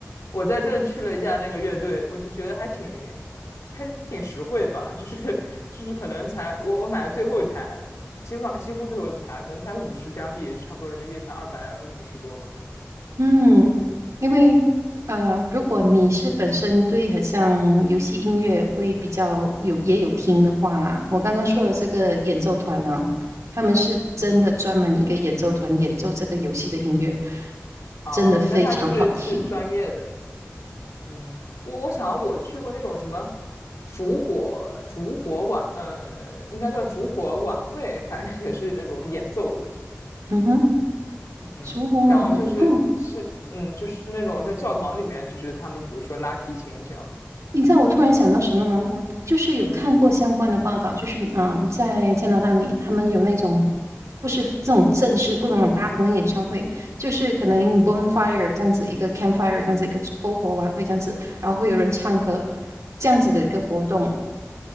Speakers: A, on the left (about 75°); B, on the right (about 80°).
A: 我在这去了一下那个乐队，我就觉得还挺还挺实惠吧，就是 <laughs> 就是可能才我我买了最后一排，基本上几乎最后一排，可能才五十加币，差不多人民币才二百五十多吧。
B: 嗯，因为呃，如果你是本身对很像游戏音乐会比较有也有听的话啦，我刚刚说的这个演奏团呢、他们是真的专门一个演奏团演奏这个游戏的音乐，
A: 嗯，哦，
B: 真的非常好听。
A: 那他就是是专业的。嗯，我我想我去过那种什么烛火烛火晚，呃，应该叫烛火晚会，反正也是那种演奏的，
B: 嗯哼，
A: 嗯，
B: 烛火晚会哦，
A: 然后就是是嗯，就是那种在教堂里面，就是他们比如说拉提琴这样，
B: 你知道我突然想到什么吗？我就是有看过相关的报道，
A: 嗯，
B: 就是嗯，在加拿大里，他们有那种不是这种正式，不是那种大棚的演唱会，就是可能 bonfire 这样子一个 campfire 这样子一个篝火晚会这样子，然后会有人唱歌这样子的一个活动。